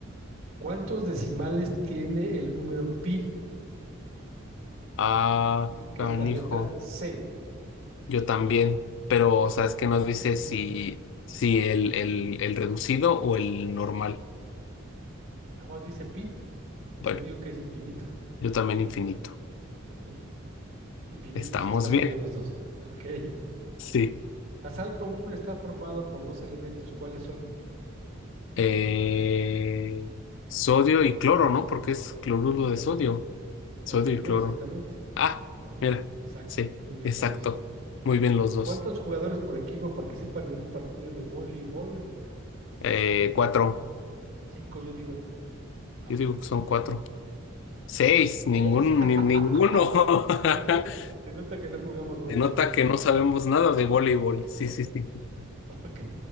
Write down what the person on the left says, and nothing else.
Ah,
canijo.
Yo también. Pero, o sea, es que nos dice
si, si el, el, el reducido o el normal.
Bueno,
yo también infinito.
Estamos
bien.
Sí.
Eh, sodio y cloro, ¿no? Porque es cloruro
de sodio. Sodio
y
cloro.
Ah,
mira.
Sí,
exacto.
Muy bien los dos.
Eh,
cuatro.
Yo
digo que son cuatro. Seis.
Ningún,
ni- ninguno.
<laughs>
Se nota que no sabemos nada de voleibol. Sí, sí, sí. sí.